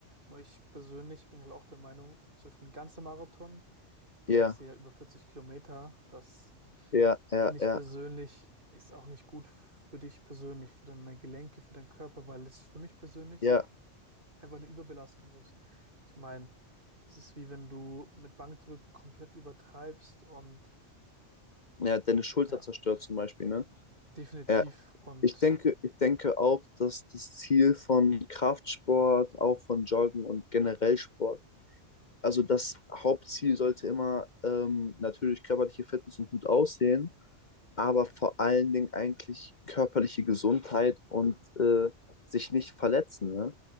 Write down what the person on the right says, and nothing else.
Nur ich persönlich bin halt auch der Meinung, zum Beispiel ein ganzer Marathon, der
ist ja über 40 Kilometer, das
finde ich
persönlich ist auch nicht gut für dich persönlich, für deine Gelenke, für deinen Körper, weil es für mich persönlich
einfach eine Überbelastung ist. Ich meine, das ist wie wenn du mit Bankdrücken komplett übertreibst und
ja,
definitiv
und